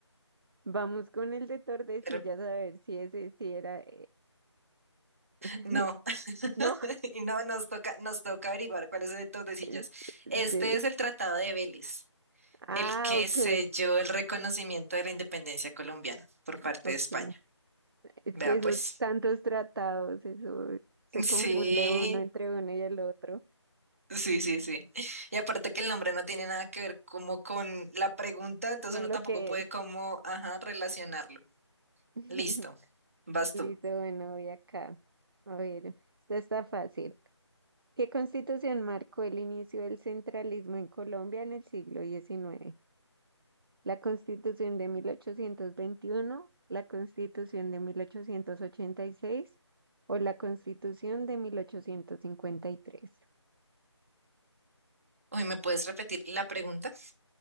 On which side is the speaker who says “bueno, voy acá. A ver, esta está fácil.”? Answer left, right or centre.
Right